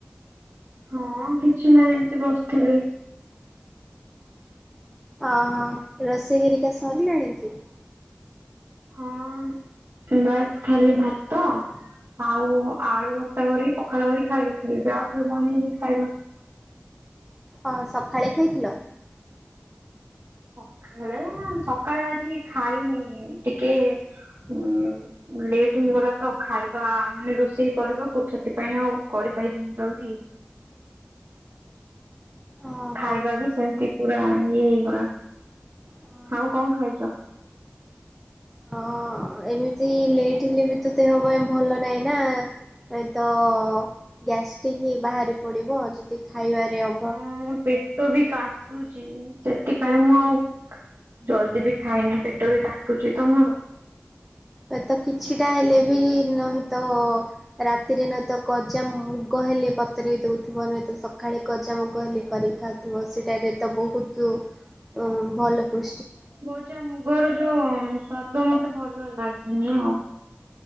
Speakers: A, on the right; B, in the centre.
A: ହଁ କିଛି ନାହିଁ ଏମିତି ବସିଥିଲି।
B: ଆହା ରୋଷେଇ ଘରିକା ସରିଲାଣି କି?
A: ହଁ ବାସ୍ ଖାଲି ଭାତ ଆଉ ଆଳୁ ଭର୍ତ୍ତା କରି ପଖାଳ କରି ଖାଇ ଦେଇଥିଲି ଗ୍ୟାସ୍ ରେ ବନେଇକି ଖାଇବା।
B: କଁ ସକାଳେ ଖାଇଥିଲ?
A: ସଖାଳେ ସକାଳେ ଆଜି ଖାଇନି ଟିକେ ଉଁ ଲେଟ୍ ହେଇଗଲା ତ ଖାଇବା ମାନେ ରୋଷେଇ କରିବାକୁ ସେଥିପାଇଁ ଆଉ କରିପାରିଲିନି ଜଲଦି।
B: ଓହୋ।
A: ଖାଇବା ବି ସେମିତି ପୁରା ଇଏ ହେଇଗଲା।
B: ଓହୋ
A: ଆଉ କଣ ଖାଇଚ?
B: ହଁ ଏମିତି ଲେଟ୍ ହେଲେ ବି ତ ଦେହ ପାଇଁ ଭଲ ନାହିଁ ନା। ନାହିଁତ ଗ୍ୟାସ୍ଟିିକ ହିଁ ବାହାରି ପଡିବ ଯଦି ଖାଇବାରେ ଅ
A: ହଁ ମୋ ପେଟ ବି କା ଚି ସେଥିପାଇଁ ମୁଁ ଆଉ ଜଲଦି ବି ଖାଇନି ପେଟ ବି କାଟୁଚି ତ ମୋର।
B: ଏ ତ କିଛିଟା ହେଲେ ବି ନାହିଁ ତ ରାତିରେ ନହେତ ଗଜା ମୁଗ ହେଲେ ବତୁରେଇ ଦୋଉଥିବ ନହୁତ ସକାଳେ ଗଜା ମୁଗ ହେଲେ କରି ଖା ଉଥିବ ସେଟାରେ ତମକୁ ତୁ ଉଁ ଭଲ ପୃ
A: ଗଜା ମୁଗର ଯୋଉ ସ୍ଵାଦ ମତେ ଭଲ ଲାଗେନି ଆଉ।